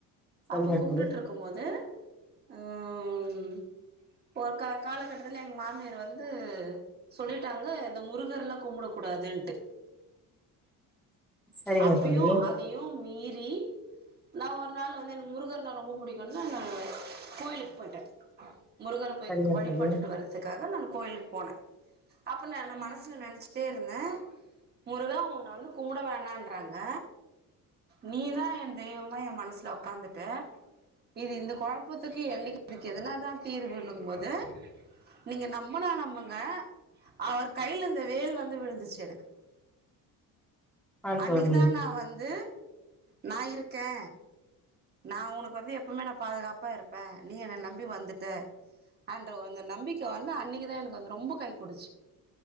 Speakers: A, in the centre; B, on the right (about 30°).
A: சரிங்க
B: அப்ப கும்ட்டுட்ருக்க
A: தோழி
B: குமோது ம் ஒரு காலகட்டத்துல எங்க மாமியார் வந்து சொல்லிட்டாங்க இத முருகர்ல்லா கும்பட கூடாதுன்ட்டு
A: சரிங்க
B: அப்பையு
A: தோழி
B: அதையு மீறி நா ஒரு நாள் வந்து எனக்கு முருகர்னா ரொம்ப புடிக்குன்னா நா கோயிலுக்கு போயிட்ட முருகர போய்
A: சரிங்க
B: வழிபட்டுட்டு
A: தோழி
B: வரதுக்காக நா கோயிலுக்கு போன அப்ப நா நா மனசுல நெனச்சிட்டே இருந்த முருகா உன்னை வந்து கும்ட வேணான் றாங்க நீதா எ தெய்வமா எ மனசுல உக்காந்துட்ட இது இந்த குழப்பத்துக்கு எ <inaudible> க்கு இதுக்கு எதன தா தீர்வுங்க போது நீங்க நம்பனா நம்புங்க அவர் கையில இந்த வேல் வந்து விழுந்துச்சு எனக்கு
A: ஆ
B: அன்னைக்கு
A: தோழி
B: தா நா வந்து நா இருக்கே நா உனக்கு வந்து எப்பமே நா பாதுகாப்பா இருப்ப நீ என்ன நம்பி வந்துட்ட அன்ற அந்த நம்பிக்க வந்து அன்னைக்குதா எனக்கு வந்து ரொம்ப கை கொடுச்சு